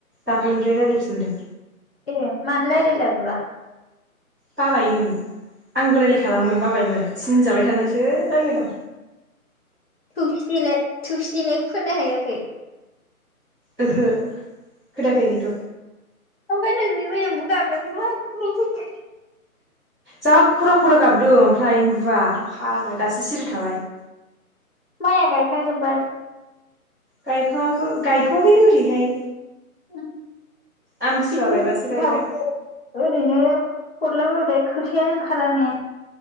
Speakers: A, in the centre; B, on the left (about 45°).
A: दाखालिनिफ्राय रायलायफिनदों
B: ए मानो रायलायला बेबा
A: बाबायनो आंबो रायलायखालामोन बाबायमोन थिन जाबाय थानासो रायलायदां
B: <unintelligible> थुबसि देनायखौ खोना हैयाखै
A: ओहो खोनाफैयाखैथ'
B: ओमफाय नोंनि बै एम्बौ गाबनायखौनो मा बायदि खोना फैदों
A: जा खरा खरा गाबदो ओमफ्राय एम्बुआ फाग्ला दासो सिरि थाबाय
B: माइया गायखाय जोबबाय
A: गायखाङाखो गायथवाखैनो ओरैहाय
B: उम <inaudible>
A: आमथिसुवा बायबासो गायगोन
B: हरलाबो ओ नां खोथिया नां खारने